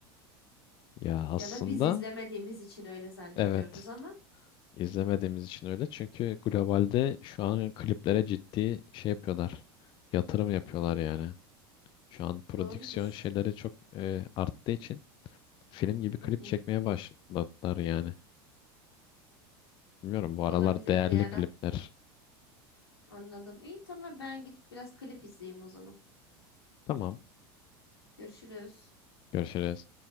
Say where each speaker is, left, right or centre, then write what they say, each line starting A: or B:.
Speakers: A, on the left; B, on the left.
A: Ya aslında
B: Ya da biz izlemediğimiz için öyle zannediyoruz
A: evet.
B: ama
A: İzlemediğimiz için öyle. Çünkü globalde şu an kliplere ciddi şey yapıyorlar. Yatırım yapıyorlar
B: hmm,
A: yani. Şu an prodüksiyon
B: doğrudur.
A: şeyleri çok e, arttığı için film gibi klip
B: Hı hı.
A: çekmeye başladılar yani. Bilmiyorum bu aralar
B: Olabilir
A: değerli
B: bir ara.
A: klipler.
B: Anladım. İyi tamam ben gidip biraz klip izleyeyim o zaman.
A: Tamam.
B: Görüşürüz.
A: Görüşürüz.